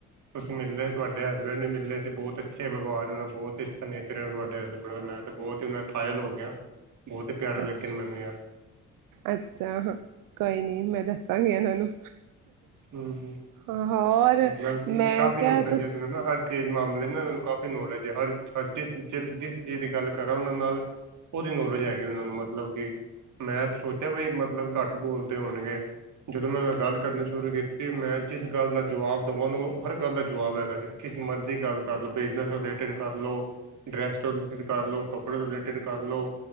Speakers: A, on the right; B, on the right.
A: ਤੁਸੀਂ ਮਿਲਲੇ ਤੁਹਾਡੇ ਹਸਬੈਂਡ ਵੀ ਮਿਲਲੇ ਸੀ ਬਹੁਤ ਅੱਛੇ ਵਿਵਹਾਰ ਦਾ ਬਹੁਤ ਹੀ ਅੱਛਾ ਨੇਚਰ ਤੁਹਾਡੇ ਹਸਬੈਂਡ ਦਾ ਮੈਂ ਬਹੁਤ ਹੀ ਉਹ ਦਾ ਖਾਇਲ ਹੋ ਗਿਆ ਬਹੁਤ ਹੀ ਪਿਆਰੇ
B: ਅੱਛ
A: ਲੱਗੇ ਨੇ ਮੈਨੂੰ ਯਾਰ
B: ਅੱਛਾ ਹਾਂ ਕੋਈ ਨੀ ਮੈਂ ਦੱਸਾਂਗੀ ਉਹਾਨੂੰ
A: ਹੂੰ
B: ਹਾਂ ਹੋਰ
A: ਮਤਲਬ ਕਿ
B: ਮੈਂ
A: ਕਾਫੀ
B: ਕਿਹਾ
A: ਨੌਲੇਜ
B: ਤੁ
A: ਹੈ ਇਹਨਾਂ ਨੂੰ ਨਾ ਹਰ ਚੀਜ਼ ਮਾਮਲੇ ਨਾ ਉਹਨਾਂ ਨੂੰ ਕਾਫੀ ਨੌਲੇਜ ਹੈ ਹਰ ਹ ਜਿਸ ਜਿਸ ਚੀਜ਼ ਦੀ ਗੱਲ ਕਰਾਂ ਉਹਨਾਂ ਨਾਲ ਉਹਦੀ ਨੌਲੇਜ ਹੈਗੀ ਉਹਨਾਂ ਨੂੰ ਮਤਲਬ ਕਿ ਮੈਂ ਸੋਚਿਆ ਬਈ ਮਤਲਬ ਘੱਟ ਬੋਲਦੇ ਹੋਣਗੇ ਜਦੋਂ ਮੈਂ ਗੱਲ ਕਰਨੀ ਸ਼ੁਰੂ ਕੀਤੀ ਮੈਂ ਜਿਸ ਗੱਲ ਦਾ ਜਵਾਬ ਦੇਵਾਂ ਉਹਨੂੰ ਹਰ ਗੱਲ ਦਾ ਜਵਾਬ ਹੈਗਾ ਸੀ ਕਿਸ ਮਰਜ਼ੀ ਗੱਲ ਕਰ ਲਵ ਬਿਜਨਸ ਰਿਲੇਟਿਡ ਕਰ ਲਓ ਡਰੈਸ ਤੋਂ ਰਿਲੇਟਿਡ ਕਰ ਲਉ ਕੱਪੜੇ ਤੋਂ ਰਿਲੇਟਿਡ ਕਰ ਲਉ